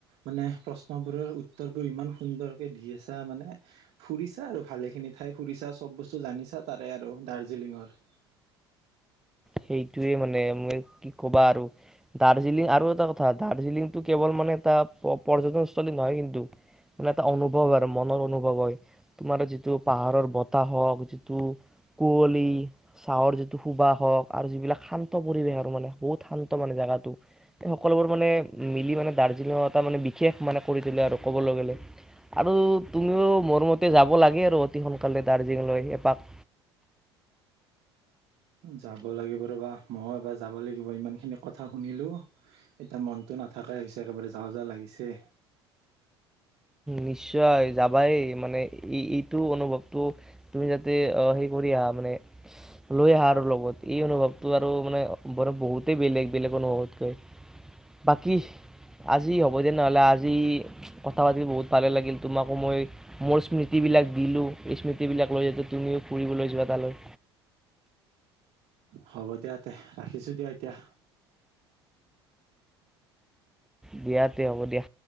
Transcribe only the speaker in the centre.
সেইটোৱে মানে মই কি কবা আৰু। দাৰ্জিলিং আৰু এটা কথা দাৰ্জিলিংতটো কেৱল মানে এটা পৰ্যটনস্থলী নহয় কিন্তু মানে এটা অনুভৱ আৰু মনৰ অনুভৱ হয়। তোমাৰ যিটো পাহাৰৰ বতাহ হওক যিটো কুঁৱলী চাহৰ যিটো সোবা হওক। আৰু যিবিলাক শান্ত পৰিৱেশ আৰু মানে বহুত শান্ত মানে জেগাটো। সকলোবোৰ মানে মিলি মানে দাৰ্জিলিঙৰ এটা মানে বিশেষ মানে কৰি দিলে আৰু ক'বলৈ গ'লে। আৰু তুমিও, মোৰ মতে যাব লাগে আৰু, অতি সোনকালে দাৰ্জিলিং লৈ এপাক।
নিশ্চয়, যাবাই মানে এইটো অনুভৱটো তুমি যাতে অ হেৰি কৰি আহা মানে লৈ আহা আৰু লগত, এই অনুভৱটো আৰু মানে, মানে বহুতেই বেলেগ, বেলেগ অনুভৱতকৈ। বাকী আজি হ'ব দে নহ'লে আজি কথা পাতি বহুত ভালে লাগিল তোমাকো মই মোৰ স্মৃতিবিলাক দিলো। এই স্মৃতিবিলাক লৈ যাতে, তুমিও ফুৰিবলৈ যোৱা তালৈ।
দিয়া তে, হ'ব দিয়া।